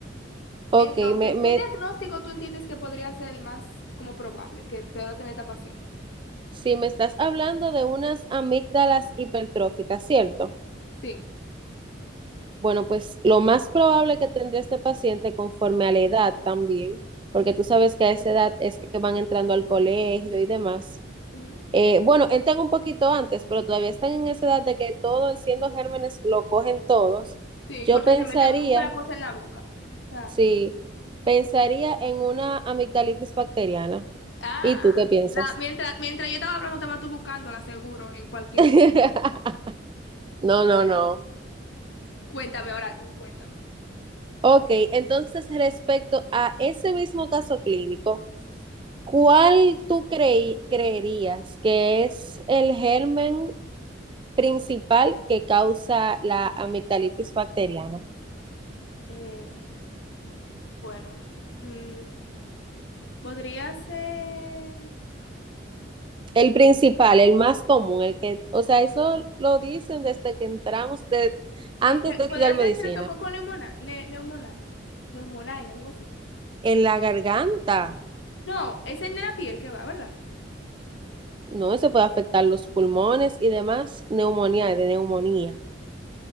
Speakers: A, on the left (about 65°); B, on the right (about 25°).
A: Entonces,
B: ok, me, me,
A: ¿qué diagnóstico tú entiendes que podría ser el más como probable que pueda tener esta paciente?
B: si me estás hablando de unas amígdalas hipertróficas, ¿cierto?
A: Sí.
B: Bueno, pues lo más probable que tendría este paciente conforme a la edad también, porque tú sabes que a esa edad es que van entrando al colegio y demás.
A: Ujú.
B: Eh, bueno, entran un poquito antes, pero todavía están en esa edad de que todo, siendo gérmenes, lo cogen todos.
A: Sí,
B: Yo
A: porque
B: pensaría,
A: se mete mucho la cosa en la boca. O sea,
B: sí, pensaría en una amigdalitis bacteriana.
A: ah,
B: ¿Y tú qué piensas?
A: la- mientras, mientras yo estaba hablando, estaba tú buscándola seguro en cualquier...
B: <laughs> No, no, no.
A: Cuéntame ahora tú, cuéntame.
B: Ok, entonces respecto a ese mismo caso clínico, ¿cuál tú creí- creerías que es el germen principal que causa la amigdalitis bacteriana?
A: Eh, bueno, mm, podría ser...
B: El principal, el más común, el que, o sea, eso lo dicen desde que entramos, de, antes
A: Este,
B: de estudiar
A: podría ser
B: medicina.
A: estreptococco pneumoni- ne- pneumoniae, pneumoniae, algo así.
B: En la garganta,
A: No, es en la piel que va, ¿verdad?
B: no, eso puede afectar los pulmones y demás, neumonía,
A: Ah.
B: de neumonía.